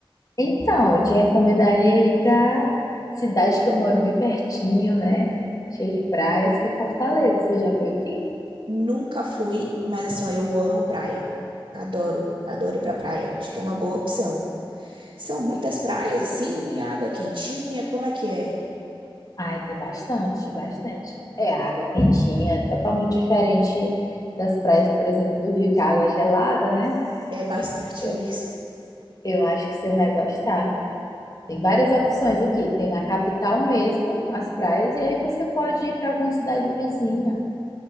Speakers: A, on the left; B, on the right.
A: Então, eu te recomendaria ir pra cidade que eu moro bem pertinho, né? Cheio de praias, que é Fortaleza. Você já veio aqui?
B: Nunca fui, mas assim, ó, eu amo praia. Adoro, adoro ir pra praia. Acho que é uma boa opção. São muitas praias assim, a água é quentinha, como é que é?
A: Ah, tem bastante, bastante. É água quentinha, é totalmente diferente das praias, por exemplo, do Rio, que a água é gelada, né?
B: É bastante
A: Eu,
B: <laughs> mesmo.
A: eu acho que você vai gostar. Tem várias opções aqui. Tem na capital mesmo as praias, e aí você pode ir para alguma cidade vizinha.